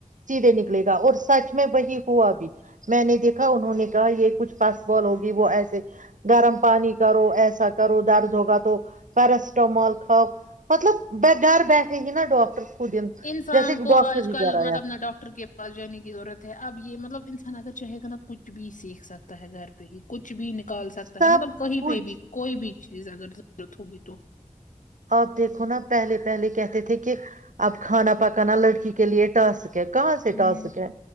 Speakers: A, on the right (about 70°); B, on the left (about 75°).
A: سیدھے نکلے گا اور سچ میں وہی ہوا بھی میں نے دیکھا انہوں نے کہا یہ کچھ پاس بال ہوگی وہ ایسے گرم پانی کرو ایسا کرو درد ہوگا تو پیرسٹامال کھاؤ مطلب گھر بیٹھے ہی نا ڈاکٹر خود ان-
B: انسان
A: جیسے کہ
B: کو
A: ڈاکٹر
B: آج
A: ہی
B: کل
A: گھر آیا
B: مطلب نہ ڈاکٹر کے پاس جانے کی ضرورت ہے اب یہ مطلب انسان نا اگر چاہے گا نا کچھ بھی سیکھ سکتا ہے گھر پہ ہی کچھ بھی نکال سکتا
A: سب
B: ہے مطلب کہیں
A: کچھ
B: پہ بھی کوئی بھی چیز اگر ضرورت ہوگی تو
A: آپ دیکھو نا پہلے پہلے کہتے تھے کہ اب کھانا پکانا لڑکی کے لیے ٹاسک ہے کہاں سے
B: ہوں
A: ٹاسک ہے